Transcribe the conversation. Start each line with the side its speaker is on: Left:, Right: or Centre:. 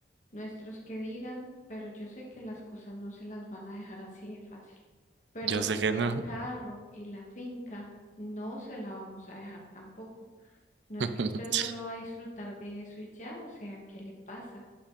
Left: nuestros que digan, pero yo sé que las cosas no se las van a dejar así de fácil. pero
Right: Yo sé que
Left: el
Right: no.
Left: carro y la finca no se la vamos a dejar tampoco. No es
Right: <laughs>
Left: que usted solo va a disfrutar de eso y ya, o sea, ¿qué le pasa?